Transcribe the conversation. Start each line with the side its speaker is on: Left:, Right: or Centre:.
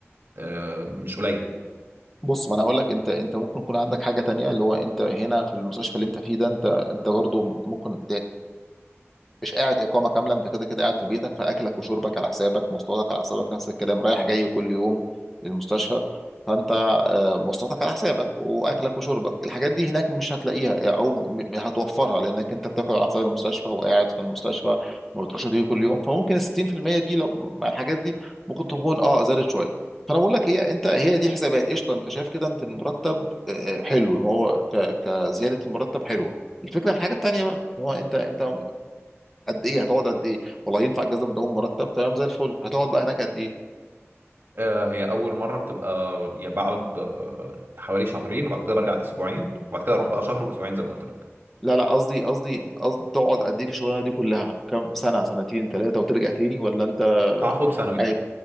Right: آه، مش قليل
Centre: بص ما انا اقول لك انت انت ممكن يكون عندك حاجه تانية اللي هو انت هنا في المستشفى اللي انت فيه ده انت انت برضو ممكن مش قاعد اقامه كامله انت كده كده قاعد في بيتك فاكلك وشربك على حسابك مواصلاتك على حسابك نفس الكلام رايح جاي كل يوم للمستشفى فانت آه، مواصلاتك على حسابك واكلك وشربك الحاجات دي هناك مش هتلاقيها او م- هتوفرها لانك انت بتاكل على حساب المستشفى وقاعد في المستشفى ما بتروحش تيجي كل يوم فممكن ال 60% دي لو مع الحاجات دي ممكن تكون اه زادت شويه فانا بقول لك هي انت هي دي حسابات قشطه انت شايف كده انت المرتب آه، آه، حلو اللي هو ك- كزياده المرتب حلوه الفكره في الحاجه التانيه بقى اللي هو انت انت قد ايه هتقعد قد ايه والله ينفع اجازه من اول مرتب تمام زي الفل هتقعد بقى هناك قد ايه
Right: آه، هي اول مره بتبقى يعني بقعد آه، حوالي شهرين وبعد كده برجع اسبوعين وبعد كده اروح بقى شهر واسبوعين زي ما قلت لك
Centre: لا لا قصدي قصدي قصدي تقعد قد ايه في الشغلانه دي كلها كام سنه سنتين ثلاثه وترجع تاني ولا انت
Right: تعاقد سنوي
Centre: عايز